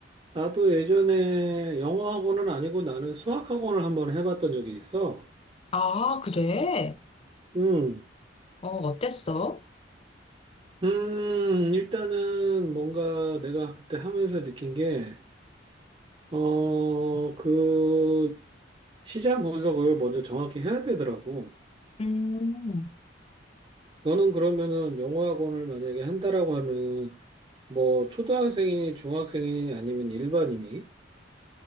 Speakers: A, on the right (about 30°); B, on the left (about 30°).
A: 나도 예전에 영어학원은 아니고 나는 수학학원을 한번 해봤던 적이 있어.
B: 아, 그래?
A: 음,
B: 어, 어땠어?
A: 음, 일단은 뭔가 내가 그때 하면서 느낀 게, 어, 그 시장 분석을 먼저 정확히 해야 되더라고.
B: 음.
A: 너는 그러면은 영어학원을 만약에 한다라고 하면은 뭐 초등학생이니 중학생이니 아니면 일반인이?